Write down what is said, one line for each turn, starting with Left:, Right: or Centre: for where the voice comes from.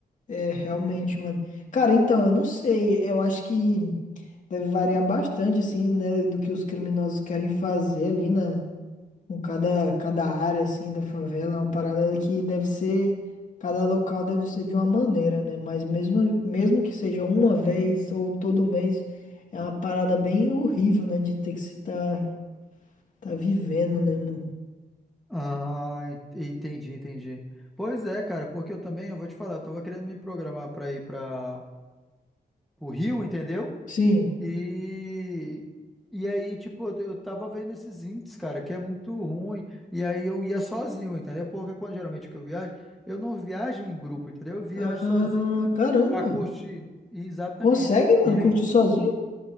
Left: É, realmente, mano. Cara, então, eu não sei. Eu acho que deve variar bastante, assim, né, do que os criminosos querem fazer ali, né, com cada, cada área, assim, da favela. É uma parada que deve ser, cada local deve ser de uma maneira, né? Mas mesmo, mesmo que seja uma vez ou todo mês, é uma parada bem horrível, né, de ter que se tá, tá vivendo, né, mano?
Centre: Ah, en- entendi, entendi. Pois é, cara, porque eu também, eu vou te falar, eu tava querendo me programar pra ir pra, pro Rio, entendeu?
Left: Sim.
Centre: E, e aí, tipo, eu, eu tava vendo esses índices, cara, que é muito ruim. E aí eu ia sozinho, entendeu? Porque quando geralmente que eu viajo, eu não viajo em grupo, entendeu? Eu viajo
Left: Ah,
Centre: sozinho
Left: caramba.
Centre: pra curtir. Exatamente.
Left: Consegue, mano,
Centre: E
Left: curtir
Centre: aí,
Left: sozinho?